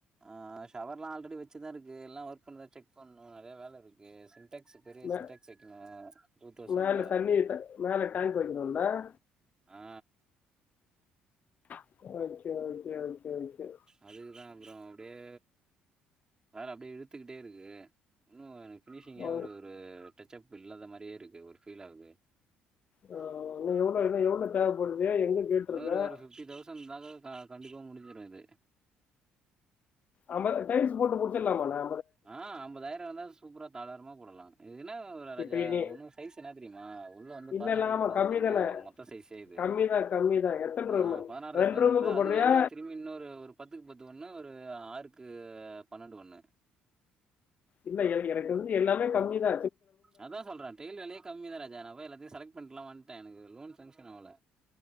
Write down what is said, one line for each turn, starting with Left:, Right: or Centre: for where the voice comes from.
Right: ஆ ஷவர்லா ஆல்ரெடி வச்சுதா இருக்கு எல்லா ஒர்க் பண்ணுதான்னு செக் பண்ணணு நெறைய வேலயிருக்கு சின்டக்ஸ் பெரிய
Left: மே
Right: சின்டக்ஸ் வெக்கணு டூ தௌசண்ட்ல
Left: மேல தண்ணி த- மேல டேங்க் வைக்கணுல்ல
Right: ஆ
Left: <unintelligible>
Right: அதுக்குதா அப்றோ அப்டியே வேல அப்டியே இழுத்துக்கிட்டே இருக்கு இன்னு எனக் ஃபினிஷிங்கா
Left: ஓ
Right: ஒரு ஒரு டச்சப் இல்லாத மாரியே இருக்கு ஒரு ஃபீல் ஆகுது
Left: ஆ,
Right: உம்
Left: இன்னும் எவ்வளோ இன்னும் எவ்வளோ தேவைப்படுது எங்கே கேட்டிருக்கேன்
Right: இன்னொரு ஒரு ஃபிஃப்டி தௌசண் இருந்தாகா கண்டிப்பா முடிஞ்சிரு இது
Left: ஆம டைல்ஸ் போட்டு முடிச்சிடுலாமான்ன
Right: ஆ அம்பதாயிரோ இருந்தா சூப்பரா தாளாரமா போடலா இது என்னா வரு ராஜா
Left: இப்போ நீ
Right: ஒன்னு சைஸ் என்னா தெரியுமா உள்ள வந்து
Left: இல்லை
Right: பதினாறுக்கு
Left: இல்லை ஆமாம்
Right: பதினெட்டுருதா
Left: கம்மி தானே
Right: மொத்த சைஸே இது
Left: கம்மி தான் கம்மி தான் எத்தனை
Right: ஆ
Left: ரூம்
Right: பதுனாறைக்
Left: ரெண்டு
Right: பதுனெட்ர
Left: ரூமுக்கு
Right: அது
Left: போடுறியா
Right: இல்லாம திரும்பி இன்னொரு ஒரு பத்துக்கு பத் து ஒண்ணு ஒரு ஆறுக்கு பனனெண்டு ஒண்ணு
Left: இல்ல என எனக்கு வந்து எல்லாமே கம்மிதா
Right: அதா சொல்றே டெயிலி வேலையே கம்மிதா ராஜா நம்ப போய் எல்லாத்தையு செலக்ட் பண்ட்லா வந்துட்டே எனக்கு லோன் சேங்க்ஷன் அவல